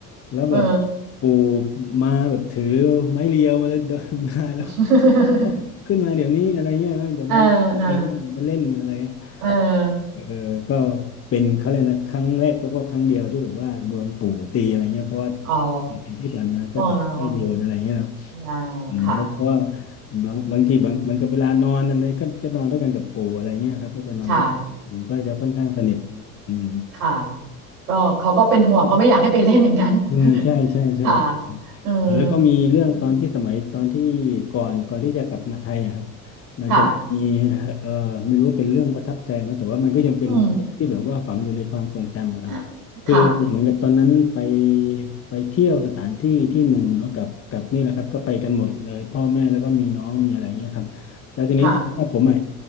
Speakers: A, on the left; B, on the right.
A: แล้วแบบ
B: เออ
A: ปู่มาแบบถือไม้เรียวมาแล้วเดินมาแล้ว
B: <laughs>
A: เอ้าขึ้นมาเดี๋ยวนี้อะไรเงี้ยออย่ามาอะไรเงี้ยอย่ามาเล่นอะไรเงี้ย
B: เออเออเออ
A: เออก็เป็นเขาเลยกนะครั้งแรกแล้วก็ครั้งเดียวที่แบบว่าโดนปู่ตีอะไรเงี้ยเพราะว่า
B: อ๋อ
A: ปีที่ผ่านมาก็จะไม่โดนอะไรเงี้ยนะ
B: อ๋ออ่าค่ะ
A: อืมแล้วก็บางบางทีบางมันก็เวลานอนอะไรก็จะนอนด้วยกันกับปู่อะไรเงี้ยครับก็จะนอนด้วย
B: ค่ะ
A: ก็จะค่อนข้างสนิทอืม
B: ค่ะก็เขาก็เป็นห่วงเขาไม่อยากให้ไปเล่นอย่างนั้น
A: อืมใช่ใช่ใช่
B: <laughs> ค่ะเออ
A: แล้วก็มีเรื่องตอนที่สมัยตอนที่
B: อืม
A: ก่อนก่อนที่จะกลับมาไทยอะครับมันจะมี
B: ค่ะ
A: เอ่อไม่รู้ว่าเป็นเรื่องประทับใจไหมแต่ว่ามันก็ยังเป็นที่แบบว่าฝังอยู่ในความทรงจำอะครับ
B: อืมอ่ะ
A: คือเหมือนกับตอนนั้นไป
B: ค่ะ
A: ไปเที่ยวสถานที่ที่หนึ่งเนาะกับกับนี่แหละครับก็ไปกันหมดเลยพ่อแม่แล้วก็มีน้องมีอะไรเงี้ยครับแล้วทีนี้ผมอ่ะ
B: ค่ะ